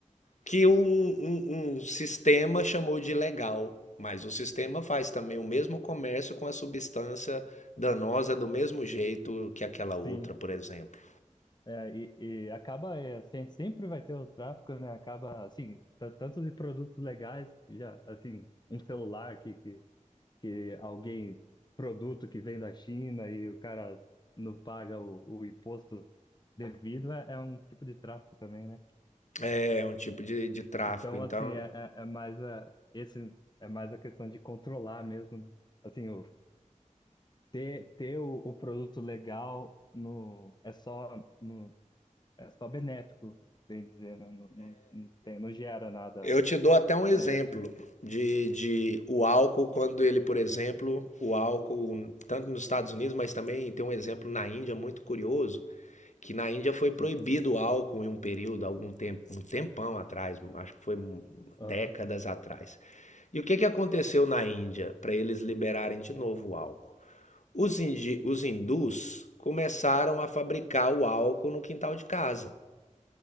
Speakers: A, on the left; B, on the left.
A: que um, um, um sistema chamou de legal. Mas o sistema faz também o mesmo comércio com a substância danosa do mesmo jeito que aquela
B: sim,
A: outra, por exemplo.
B: é, e, e acaba é, sem- sempre vai ter o tráfico, né? Acaba assim, t- tanto de produtos legais, já assim, um celular que, que, que alguém produto que vem da China e o cara não paga o, o imposto devido é, é um tipo de tráfico também, né?
A: É um tipo de, de tráfico.
B: Então
A: Então,
B: assim é, é, é mais a esse é mais a questão de controlar mesmo, né? Assim, o ter, ter o, o produto legal no, é só no, é só benéfico, bem dizer, né? Não, não, não tem, não gera nada
A: Eu te dou até um exemplo
B: negativo.
A: de, de o álcool, quando ele, por exemplo, o álcool, tanto nos Estados Unidos, mas também tem um exemplo na Índia muito curioso, que na Índia foi proibido
B: Sim.
A: o álcool em um período, algum tempo, um tempão atrás, acho que foi
B: Aham.
A: décadas atrás. E o que que aconteceu na Índia para eles liberarem de novo o álcool? Os, indi, os hindus começaram a fabricar o álcool no quintal de casa.